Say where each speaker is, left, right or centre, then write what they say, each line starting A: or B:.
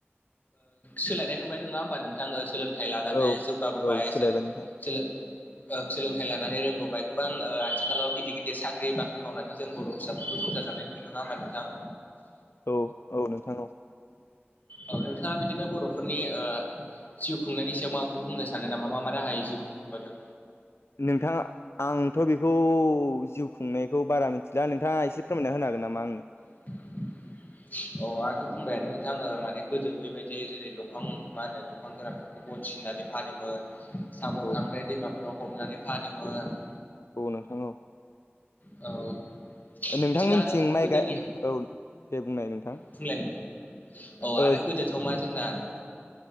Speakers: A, on the left; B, on the left.
A: सोलायनाय नुबाय नङा होमबा नोंथाङो सोलोंथाइ लानानै
B: औ
A: जौगाबोबाय
B: औ सोलायबाय
A: सोलोंथाइ
B: नोंथां
A: लानानै रोंबोबाय गोबां आथिखालाव गिदिर गिदिर साख्रि बाख्रि मावनानै जों बर' फिसाफोरखौ संसार जानाय नुयो नङा होमा नोंथां।
B: औ औ नोंथां औ।
A: औ नोंथाङा बिदिनो बर'फोरनि ओं जिउ खुंनायनि सायाव माबाफोर बुंनो सानो नामा मा मा राहायै जिउ खुंहबोदों?
B: नोंथाङा आंथ' बेखौ जिउ खुंनायखौ बारा मोन दा नोंथाङा एसे फोरमायना होन हागोन नामा आंनो?
A: <inaudible> अ आंथ' बुंबायानो नोंथां आो माने गोदो बेबायदि जेरै दंफां मा होनो दंफां गोरान गन सिननानै फानोमोन साम'
B: औ
A: खांख्राइ दैमाफोराव हमनानै फानोमोन।
B: औ नोंथां।
A: औ।
B: नोंथां
A: बिदिनो
B: मिनथिं
A: आरो
B: माइ
A: गोदोनि
B: गाय औ दे बुंनाय नोंथां।
A: औ आरो
B: ओ
A: को गोदोथ' मा जोंना